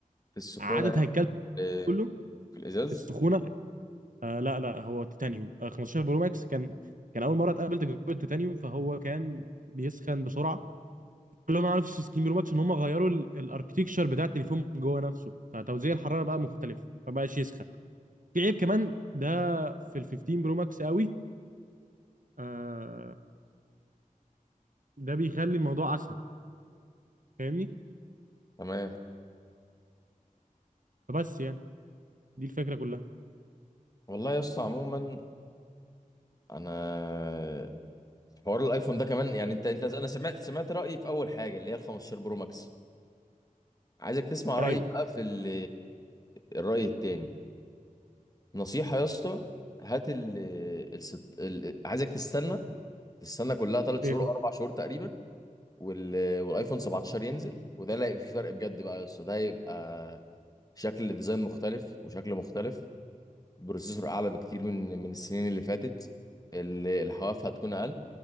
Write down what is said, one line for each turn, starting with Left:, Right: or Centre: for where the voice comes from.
Left: في السخونه
Right: فقعدت هيكلت
Left: في
Right: كله
Left: في الازاز
Right: السخونه آه لا لا هو تيتانيوم آه 15 برو ماكس كان كان اول مره اتقابل تجربه تيتانيوم فهو كان بيسخن بسرعه كل ما عرفوا في 16 برو ماكس ان هم غيروا الاركتكشر بتاع التليفون من جوه نفسه فتوزيع الحراره بقى مختلف فبقاش يسخن في عيب كمان ده في ال 15 برو ماكس قوي آه ده بيخلي الموضوع اسهل فاهمني
Left: تمام
Right: فبس يعني دي الفكره كلها
Left: والله يا اسطى عموما انا حوار الايفون ده كمان يعني انت انت انا سمعت سمعت رايي في اول حاجه اللي هي ال 15 برو ماكس عايزك تسمع
Right: ايوه
Left: رأيي بقى في ال- الرأي التاني نصيحة يا اسطى هات ال الست... ال... عايزك تستنى تستنى كلها ثلاث
Right: ايه
Left: شهور
Right: هو
Left: اربع شهور تقريبا وال... والايفون 17 ينزل وده اللي هيبقى فيه فرق بجد بقى يا اسطى ده هيبقى شكل الديزاين مختلف وشكل مختلف بروسيسور اعلى بكتير من من السنين اللي فاتت ال... الحواف هتكون اقل